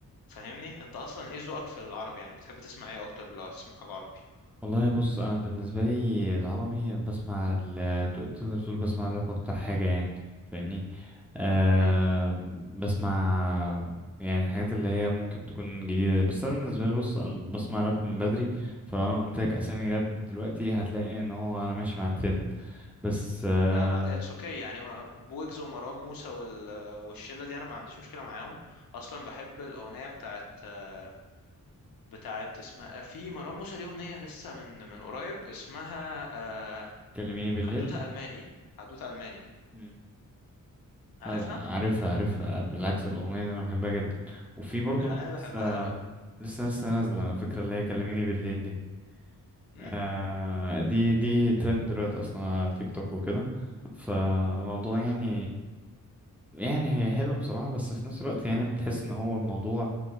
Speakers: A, on the left; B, in the centre.
A: فاهمني انت اصلا ايه ذوقك في العربي يعني بتحب تسمع ايه اكتر لو هتسمع حاجة عربي
B: والله بص انا بالنسبه لي العربي أنا بسمع ال- ت- تقدر تقول بسمع الراب اكتر حاجه يعني فاهمني أه
A: امم
B: بسمع يعني الحاجات اللي هي ممكن تكون جديده بس انا بالنسبه لي بص انا بسمع راب من بدري فلو انا قلت لك اسامي راب دلوقتي هتلاقي ان هو انا ماشي مع الترند بس أه
A: لا لا اتس اوكي يعني ما- بويجز ومروان موسى وال... والشلة دي انا ما عنديش مشكلة معاهم اصلا بحب الأغنية بتاعت آه، بتاعت اسمها آه، في مروان موسى ليه أغنية لسه من من قريب اسمها آه،
B: كلميني بالليل
A: حدوته الماني حدوته الماني
B: مم.
A: عارفها
B: لا لا، عارفها عارفها بالعكس الاغنيه دي انا بحبها جدا وفي برضو
A: من الاغاني اللي
B: لسه
A: بحبها قوي
B: لسه لسه نازله على فكره اللي هي كلميني بالليل دي
A: امم
B: آه دي دي ترند دلوقتي اصلا على تيك توك وكده فموضوع يعني يعني هي حلوه بصراحه بس في نفس الوقت يعني بتحس ان هو الموضوع